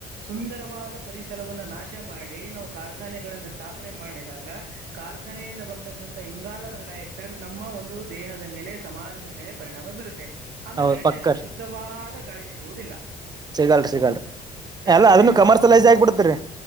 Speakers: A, on the right; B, on the right.
A: ಸುಂದರವಾದ ಪರಿಸರವನ್ನ ನಾಶ ಮಾಡಿ ನಾವು ಕಾರ್ಖಾನೆಗಳನ್ನ ಸ್ಥಾಪ ನೆ ಮಾಡಿದಾಗ ಕಾರ್ ಕನೆಯಿಂದ ಬರ್ತಕ್ಕಂಥ ಇಂಗಾಲದ ಡೈ ಆಕ್ಸೈಡ್ ನಮ್ಮ ಒಂದು ದೇಹದ ಮೇಲೆ ಸಮಾಜದ ಮೇಲೆ ಪರಿಣಾಮ ಬೀರುತ್ತೆ ಆಮೇಲೆ
B: ಹೌದ್
A: ಎರಡನೇದು
B: ಪಕ್ಕರ್
A: ಶುದ್ಧವಾದ ಗಾಳಿ ಸಿಗುವುದಿಲ್ಲ
B: ಸಿಗಲ್ರಿ ಸಿಗಲ್ರಿ
A: ಯಾಕಂದ್ರೆ
B: ಎಲ್ಲ ಅದನ್ನು
A: ಕರೋ
B: ಕಮರ್ಷಿಯಲೈಸ್ ಆಗ್ಬಿಡ್ತರಿ